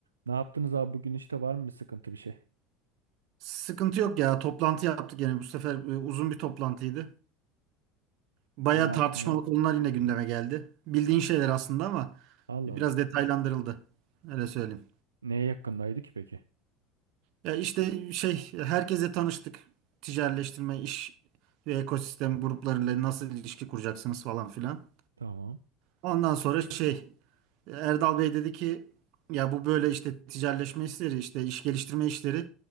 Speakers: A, on the right; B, on the right.
A: Ne yaptınız abi bugün işte var mı bir sıkıntı bir şey?
B: Sıkıntı yok ya. Toplantı yaptık yani bu sefer e, uzun bir toplantıydı. Bayağı
A: Ne hakkındaydı?
B: tartışmalı konular yine gündeme geldi. Bildiğin şeyler aslında ama
A: Allah
B: biraz
A: Allah.
B: detaylandırıldı. Öyle söyleyeyim.
A: Neye yakındaydı ki peki?
B: Ya işte şey herkese tanıştık. Ticaretleştirme, iş ve ekosistem gruplarıyla nasıl ilişki kuracaksınız falan filan.
A: Tamam.
B: Ondan sonra şey Erdal Bey dedi ki ya bu böyle işte ticaretleşme işleri işte iş geliştirme işleri